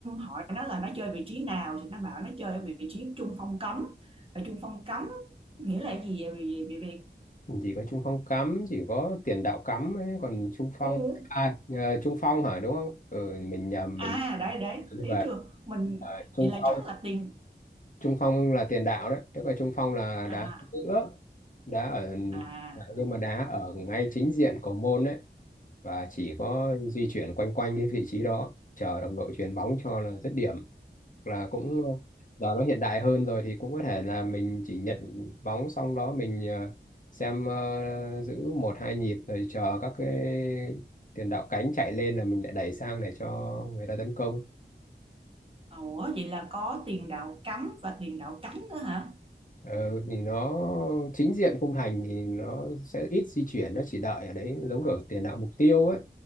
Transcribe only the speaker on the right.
hỏi nó là nó chơi vị trí nào thì nó bảo nó chơi ở vị trí trung phong cấm ở trung phong cấm nghĩa là gì vậy Việt Việt Việt?
ừ.
à
đấy đấy
thấy
chưa mình
vậy là
chắc là tiền
à
à
ủa vậy là có tiền đạo cắm và tiền đạo cánh nữa hả